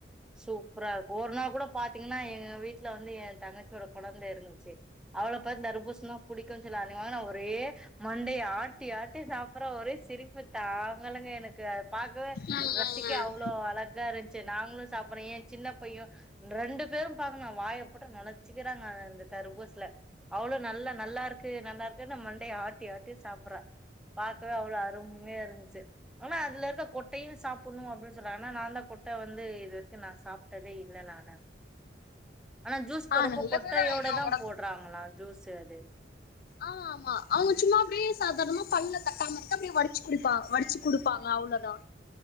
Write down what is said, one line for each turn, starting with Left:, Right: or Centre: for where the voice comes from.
Centre: சூப்பரா இருக்கு ஒரு நாள் கூட பாத்தீங்னா எங்க வீட்ல வந் வந்து எ தங்கச்சியோட கொழந்த <unintelligible> அவள பாத் தர்பூச்னா புடிக்கும்னு சொல் அ ம்பே நாளா ஒரே மண்டைய ஆட் ட்டியாட்டி சாப் அப்பறொ ஒரே சிரிப்புத்தாங்கலேங்க எனக்கு அத பாக்கவே
Left: ம்
Centre: ரசிக்க
Left: ம் ம்
Centre: அவ்ளோ அழகா இருந்சு நாங்களு சாப்பிடுற என் சின்ன பையொ ரெண்டு பேரு பாக்கணு வாய போட்டு நணச்சுக்கிறாங்க இந்த தர்ப்பூசுல அவ்ளோ நல்ல நல்லாருக்கு நல்லாருக்குன்னு மண்டய ஆட்டி ஆட்டி சாப்புறா பாக்கவே அவ்ளோ அரும்மையா இருந்துச்சு ஆனா அதுல இருக்க கொட்டையு சாப்புன்ணு அப்படின் சொன்னாங்க ஆனா நாந்தா கொட்ட வந்து இது வரைக்கு நா சாப்டதே இல்ல நானு ஆனா ஜூஸ்
Left: ஆ
Centre: போட்றப்போ
Left: நல்லதுதா
Centre: கொட்டையோடதா
Left: இது ஒடம்புக்கு
Centre: போடுறாங்களா ஜூஸு சேர்
Left: ஆமா ஆமா அவங்க சும்மா அப்டியே சாதாரணமா பல்ல தட்டாம <unintelligible> ச்சு குடுப்பா வடிச்சு
Centre: ம்
Left: குடுப்பாங்க அவ்ளோதா